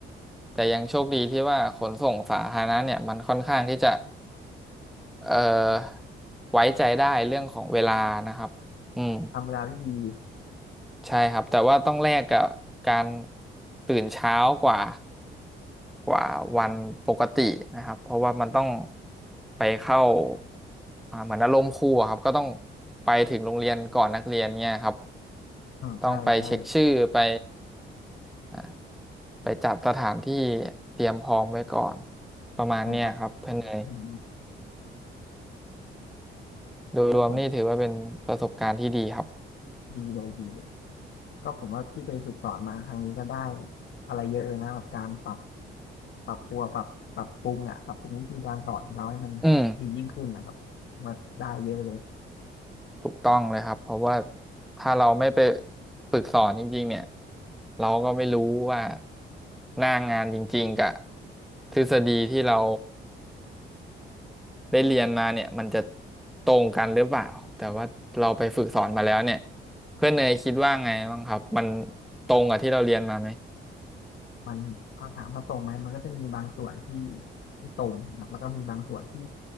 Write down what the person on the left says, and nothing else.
ทำเวลาได้ดี
อ่าใช่ใช่
ใช่ครับอืม
แล้วผมดีเลยดีเลย ก็ผมว่าที่ไปฝึกสอนมาครั้งนี้ก็ได้อะไรเยอะเลยนะกับการปรับปรับปรัวปรับปรับปรุงอ่ะปรับปรุงวิธีการสอนของเราให้มันดียิ่งขึ้นนะครับผมว่าได้เยอะเลย
มันเอาถามว่าตรงไหมมันก็จะมีบางส่วนที่ที่ตรงนะครับแล้วก็มีบางส่วนที่